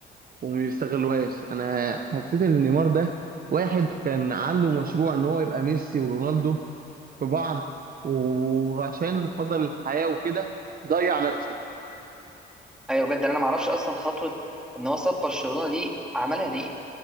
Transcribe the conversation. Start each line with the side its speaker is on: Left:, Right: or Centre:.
Right: وما بيستغلوهاش انا حسيت ان نيمار ده واحد كان عنده مشروع ان هو يبقى ميسي ورونالدو في بعض وعشان فضل الحياه وكده ضيع نفسه
Centre: ايوه بجد انا ما اعرفش اصلا خطوه ان هو ساب برشلونه دي عملها ليه